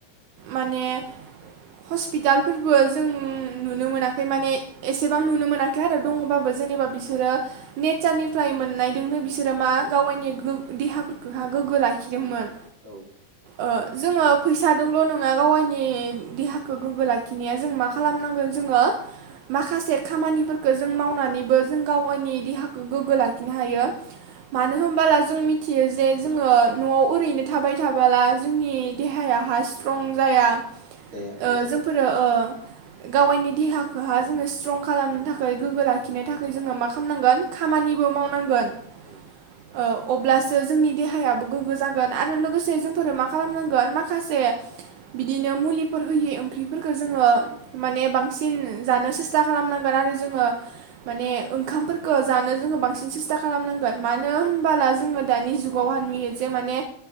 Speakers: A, on the right; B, on the right.
A: माने हस्पिटाल फोरबो जों ओ नुनो मोनाखै माने एसेबां नुनो मोनाखै आरो दङबाबो जेनेबा बिसोरो नेचारनिफ्राय मोननायदोंनो बिसोरो मा गाव गायनि
B: उम
A: गोग्ग देहा हा गोग्गो लाखिदोंमोन
B: औ
A: ओ जोङो फैसा मदोंल' नङा गाव गायनि देहाखौ गोग्गो लाखिनाया जों मा खालामनांगोन जोङो माखासे खामानिफोरखौ जों मावनानैबो जों गाव गायनि देहाखौ गोग्गो लाखिनो हायो मानो होमबोला जों मिथियो जे जोङो न'आव ओरैनो थाबाय थाबोला जोंनि
B: औ
A: देहायाहा स्ट्रं जाया
B: जाया औ
A: ओ
B: औ
A: जोंफोरो ओ गावाइनि देहाखौहा जोङो स्ट्रं खालामनो थाखै गोग्गो लाखिनो थाखै जोङो मा खालामनांगोन खामानिबो मावनांगोन।
B: औ
A: ओ अब्लासो जोंनि देहायाबो गोग्गो जाग ओन आरो लोगोसे
B: औ
A: जोंफोर मा खालामनांगोन। गोन माखासे बिदिनो मुलिफोर होयै ओंख्रिफोरखौ जोङो। माने बांसिन जानो सेस्था खालामनांगोन आरो जोङो माने ओंखामफोरखौ जानो जोङो बांसिन सेस्था खालामनांगोन। मानो
B: औ
A: होनबाला जोङो। दानि जुगावहा नुयो जे माने